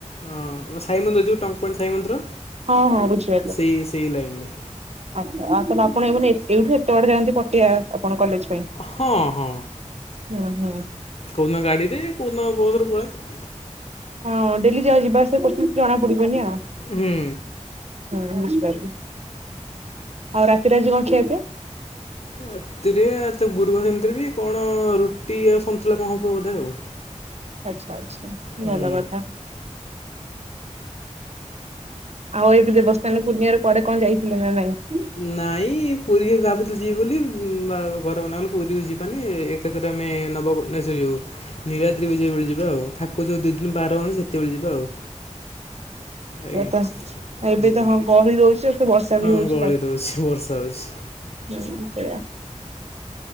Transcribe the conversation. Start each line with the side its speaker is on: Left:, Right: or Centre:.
Left: ହଁ ସାଇ ମନ୍ଦିର ଯୋଉ ଟଙ୍କପଣ୍ଡ ସାଇ ମନ୍ଦିର।
Right: ହଁ ହଁ ବୁଝି
Left: ସେଇ ସେଇ ଲାଇନରେ
Right: ଆଛା। ନାଇ ମାନେ ଏଇଠୁ ଏତେ ବାଟ ଯାଆନ୍ତି ପଟିଆ ଆପଣ କଲେଜ ପାଇଁ।
Left: ହଁ ହଁ।
Right: ହୁଁ ହୁଁ।
Left: କଉଦିନ ଗାଡ଼ିରେ କଉଦିନ ବସରେ ପଲାଏ।
Right: ହଁ ଡେଲି ଯ ଯିବା ଆସିଵା କରୁଛନ୍ତି ଜଣା ପଡିବନି ଆଉ।
Left: ହୁଁ
Right: ହଁ ବୁଝିପାରିବି ଆଉ ରାତିରେ ରାଜି କଣ ଖିଆପିଆ?
Left: ରାତିରେ ତ ଗୁରୁବାର ସେମିତିରେ ବି। କଣ ରୁଟି ଆଉ ସନ୍ନ୍ତଲା କଣ ହବ ବୋଧେ ଆଉ।
Right: ଆଚ୍ଛା ଆଚ୍ଛା
Left: ହୁଁ
Right: ଭଲ କଥା। ଆଉ ଏଇଠି ଦେବସ୍ନାନ ପୂର୍ଣ୍ଣିମାରେ କୁଆଡେ କଣ ଯାଇଥିଲେ ନା ନାଇଁ।
Left: ନାଇଁ ପୁରୀରେ ଭାବୁଥିଲି ଯିବି ବୋଲି ଘର ମନା କଲେ। ପୁରୀକୁ ଯିବାନି ଏକତରେ ଆମେ ନବ ଶ୍ୱର ଯୁ ନିଳାଦ୍ରୀ ବିଜେ ବେଳେ ଯିବା ଆଉ ଠାକୁର ଯୋଉ ଦୁଇ ଦିନ ବାର ହୁଅନ୍ତି ସେତେବେଳେ ଯିବା ଆଉ ଆଜ୍ଞା।
Right: ଥା ଏବେ
Left: ହୁଁ
Right: ତ ହଁ ଗହଳି ରହୁଛି। ସେ ବର୍ଷା
Left: ହଁ
Right: ବି ହଉଛି
Left: ଗଳି
Right: ତା
Left: ରହୁଛି ବର୍ଷା ହଉଛି।
Right: ହୁଁ ସେଇଆ।